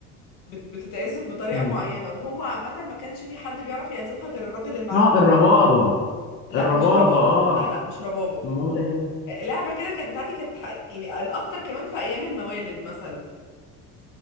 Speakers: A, on the left; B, on the left.
A: بت- بتتعزف بطريقة
B: مم.
A: معينة وهو عامة ما كانش في حد بيعرف يعزفها غير الراجل المعدي
B: اه
A: فيه
B: الربابة
A: لا
B: الربابة
A: مش ربابة
B: اه
A: لا لا مش ربابة
B: امال ايه
A: آه، لعبة كده كانت بتاعتي كانت ح- يعني الأكتر كمان في أيام الموالد مثلا